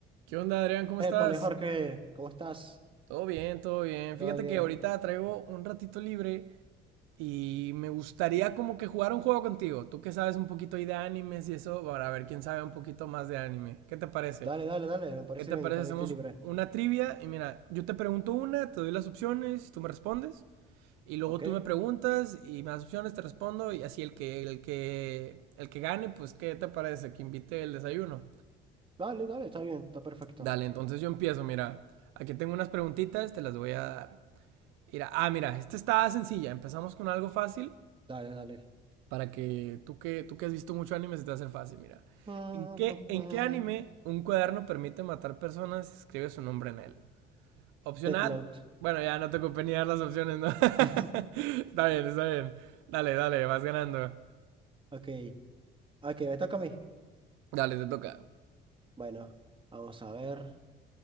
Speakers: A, on the right (about 80°); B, on the right (about 25°).
A: ¿Qué onda, Adrián? ¿Cómo
B: Épale,
A: estás?
B: Jorge, ¿cómo estás?
A: Todo bien, todo bien.
B: ¿Todo
A: Fíjate
B: bien?
A: que ahorita traigo un ratito libre y me gustaría como que jugar un juego contigo. Tú que sabes un poquito ahí de animes y eso, para ver quién sabe un poquito más de anime. ¿Qué te parece?
B: Dale, dale, dale, me parece
A: ¿Qué te
B: bien,
A: parece?
B: yo también
A: Hacemos
B: estoy libre.
A: una trivia y mira, yo te pregunto una, te doy las opciones, tú me respondes y luego
B: ¿Ok?
A: tú me preguntas y me das opciones, te respondo y así el que el que el que gane, pues ¿qué te parece? Que invite el desayuno.
B: Dale, dale, está bien, está perfecto.
A: Dale, entonces yo empiezo, mira. Aquí tengo unas preguntitas, te las voy a dar. Mira, ah, mira, esta está sencilla. Empezamos con algo fácil
B: Dale, dale.
A: para que tú que, tú que has visto mucho anime se te va a hacer fácil, mira.
B: <laughs>
A: ¿En qué, en qué anime un cuaderno permite matar personas si escribe su nombre en él? Opción
B: Death
A: A.
B: Note.
A: Bueno, ya no te ocupé ni dar las opciones, ¿no? <laughs>
B: <laughs>
A: Está bien, está bien. Dale, dale, vas ganando.
B: Ok, ok, me toca a mí.
A: Dale, te toca.
B: Bueno, vamos a ver.